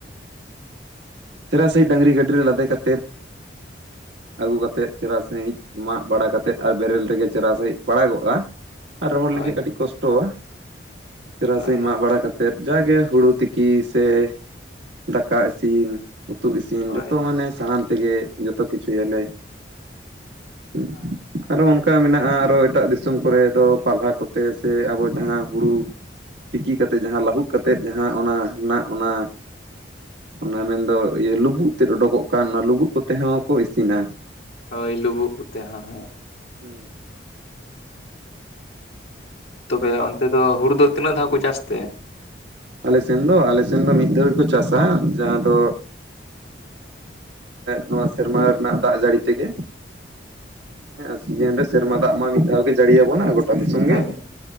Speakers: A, on the right; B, on the left.
A: ᱦᱮᱸ <unintelligible> ᱥᱮ ᱰᱟᱝᱝᱨᱤ ᱜᱟᱹᱰᱤ ᱨᱮ ᱞᱟᱫᱮ ᱠᱟᱛᱮᱫ ᱟᱹᱜᱩ ᱠᱟᱛᱮᱫ ᱪᱮᱨᱦᱟ ᱥᱟᱺᱦᱤᱡ ᱢᱟᱜ ᱵᱟᱲᱟ ᱠᱟᱛᱮᱫ ᱟᱨ ᱵᱮᱨᱮᱞ ᱨᱮᱜᱮ ᱪᱮᱨᱦᱟ ᱥᱟᱺᱦᱤᱡ ᱯᱟᱲᱟᱜᱚᱜᱼᱟ᱾ ᱟᱨ ᱨᱚᱦᱚᱲ
B: ᱦᱳᱭ
A: ᱞᱮᱱᱠᱷᱟ ᱠᱟᱹᱴᱤᱡ ᱠᱚᱥᱴᱚᱼᱟ ᱪᱮᱨᱦᱟ
B: ᱦᱳᱭ
A: ᱥᱮᱦᱤᱧ ᱢᱟᱜ ᱵᱟᱲᱟ ᱠᱟᱛᱮᱫ ᱛᱮᱫ ᱡᱟᱜᱮ ᱦᱩᱲᱩ ᱛᱤᱠᱤ ᱥᱮ ᱫᱟᱠᱟ ᱤᱥᱤᱱ ᱩᱛᱩ ᱤᱥᱤᱱ
B: ᱦᱳᱭ
A: ᱡᱚᱛᱚ ᱢᱟᱱᱮ ᱥᱟᱦᱟᱱ ᱛᱮᱜᱮ ᱡᱚᱛᱚ ᱠᱤᱪᱷᱩᱭᱟᱞᱮ᱾ ᱦᱩᱸ
B: ᱦᱸ <unintelligible>
A: ᱟᱨᱚ ᱚᱱᱠᱟ ᱢᱮᱱᱟᱜᱼᱟ ᱟᱨᱚ ᱮᱴᱟᱜ ᱫᱤᱥᱚᱢ ᱠᱚᱨᱮ ᱫᱚ ᱯᱟᱞᱦᱟ ᱠᱚᱛᱮ ᱥᱮ ᱟᱵᱚ ᱡᱟᱦᱟᱸ ᱦᱩᱲᱩ ᱛᱤᱠᱤ ᱠᱟᱛᱮᱫ ᱡᱟᱦᱟᱸ ᱞᱟᱹᱦᱩᱫ ᱠᱟᱛᱮᱫ ᱡᱟᱦᱟᱸ ᱚᱱᱟ ᱱᱟᱜ ᱚᱱᱟ ᱚᱱᱟ ᱢᱮᱱᱫᱚ ᱤᱭᱟᱹ ᱞᱩᱵᱩᱜ ᱛᱮᱫ ᱩᱰᱩᱠᱚᱜ ᱠᱟᱱ ᱚᱱᱟ ᱞᱩᱵᱩᱜ ᱠᱚᱛᱮ ᱦᱚᱸ ᱠᱚ ᱤᱥᱤᱱᱟ᱾
B: ᱦᱳᱭ ᱞᱩᱵᱩᱜ ᱠᱚᱛᱮ ᱦᱮᱸ
A: ᱦᱩᱸ
B: ᱛᱚᱵᱮ ᱚᱱᱛᱮ ᱫᱚ ᱦᱩᱲᱩ ᱛᱤᱱᱟᱹᱜ ᱫᱷᱟᱣ ᱠᱚ ᱪᱟᱥ ᱛᱮ?
A: ᱟᱞᱮ ᱥᱮᱱ ᱫᱚ ᱟᱞᱮ ᱥᱮᱱ ᱫᱚ ᱢᱤᱫ ᱫᱷᱟᱣ ᱜᱮᱠᱚ ᱪᱟᱥ -ᱟ ᱡᱟᱦᱟᱸ ᱫᱚ ᱱᱚᱣᱟ ᱮ ᱥᱮᱨᱢᱟ ᱨᱮᱱᱟᱜ ᱫᱟᱜ ᱡᱟᱹᱲᱤ ᱛᱮᱜᱮ, ᱦᱮᱸ ᱥᱤᱡᱤᱱ ᱨᱮ ᱥᱮᱨᱢᱟ ᱫᱟᱜ ᱢᱟ ᱢᱤᱫ ᱫᱷᱟᱣ ᱜᱮ ᱡᱟᱹᱲᱤ ᱟᱵᱚᱱᱟ ᱜᱚᱴᱟ ᱫᱤᱥᱚᱢ
B: ᱦᱳᱭ
A: ᱜᱮ